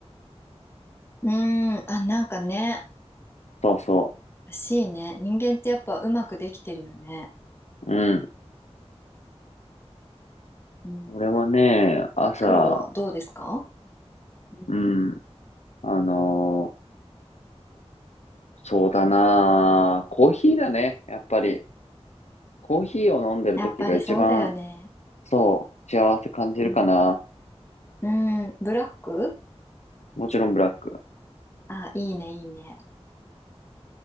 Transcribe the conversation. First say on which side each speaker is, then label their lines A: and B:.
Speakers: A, on the left; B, on the left.
A: うーん、あ、なんかね、
B: そうそ
A: らしいね。人間ってやっぱうまくできてるよね。
B: う。うん。
A: うん。
B: 俺はね、朝、
A: 黒はどうですかうん。
B: うん、あのーそうだなーコーヒーだね、やっぱり。コーヒーを飲んでる時が一番、
A: やっぱりそうだよね。
B: そう、幸せ感じるかな。
A: うん。うん。ブラック
B: もちろんブラック。
A: あ、いいね、いいね。